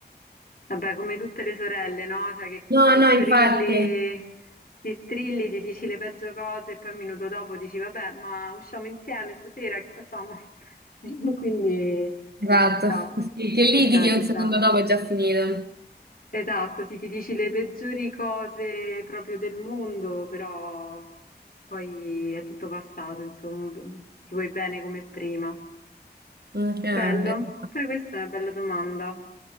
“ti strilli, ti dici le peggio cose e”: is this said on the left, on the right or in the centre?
Left